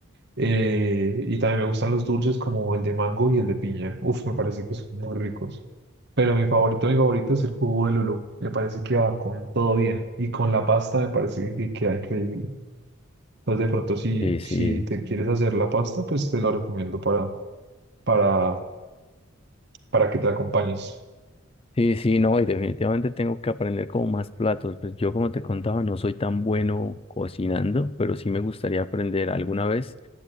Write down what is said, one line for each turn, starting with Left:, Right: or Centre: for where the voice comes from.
Right: Eh, y también me gustan los dulces como el de mango y el de piña. Uf, me parece que son muy ricos. Pero mi favorito, mi favorito es el jugo de lulo. Me parece que va con todo bien. Y con la pasta me parece que queda increíble. Pues de pronto si,
Left: Sí,
Right: si
Left: sí.
Right: te quieres hacer la pasta, pues te la recomiendo para, para, para que te acompañes.
Left: Sí, sí, no, y definitivamente tengo que aprender como más platos. Pues yo, como te contaba, no soy tan bueno cocinando, pero sí me gustaría aprender alguna vez.